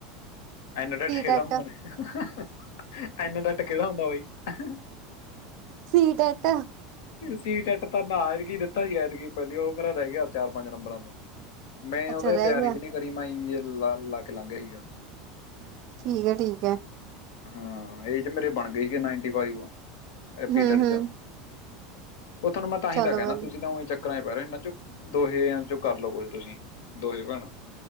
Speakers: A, on the left; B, on the right.
A: ਐਨ ਟੈੱਟ ਕੇੜਾ
B: ਟੈਟ
A: ਹੁੰਦਾ ਏ। ਐਨ ਟੈਟ ਕੇੜਾ ਹੁੰਦਾ ਬਾਈ, <unintelligible>
B: ਸੀ ਟੈਟ
A: ਸੀ ਟੈੱਟ ਤਾਂ ਨਾ ਐਤਕੀ ਦਿੱਤਾ ਨੀ ਐਤਕੀ ਪੈਲੀ ਓ ਮੇਰਾ ਰੈ ਗੇਆ ਚਾਰ ਪੰਜ ਨੰਬਰਾਂ ਤੋਂ। ਮੈਂ
B: ਅੱਛਾ
A: ਓਦਾ
B: ਰਹਿ
A: ਤਿਆਰੀ
B: ਗਿਆ
A: ਵੀ ਨੀ ਕਰੀ, ਮੈਂ ਅਈਂ ਜੇ ਲਾ ਲਾਕੇ ਲਾਂਗਿਆ ਸੀਗਾ।
B: ਠੀਕ ਐ-ਠੀਕ ਐ।
A: ਹਾਂ, ਏ ਚ ਮੇਰੇ ਬਨ ਗਏ ਸੀਗੇ ਨਾਈਨ ਟੀ ਫਾਈਵ, ਪੀ
B: ਹੂੰ
A: ਟੈੱਟ
B: ਹੂੰ
A: ਚ। ਓ ਥੋਨੂੰ ਮੈਂ ਤਾਂਹੀ
B: ਚਲੋ
A: ਦਾ ਕੈਨਾ
B: ਵ
A: ਤੁਸੀਂ ਤਾਂ ਉਈਂ ਚੱ ਚੱਕਰਾ ਚ ਪੈ ਰਏ ਓਂ ਏਨਾਂ ਚੋ ਦੋਹੇ ਆ ਚੋਂ ਕਰ ਲੋ ਕੁੱਛ ਤੁਸੀਂ, ਦੋਹੇ ਭੈਨਾਂ।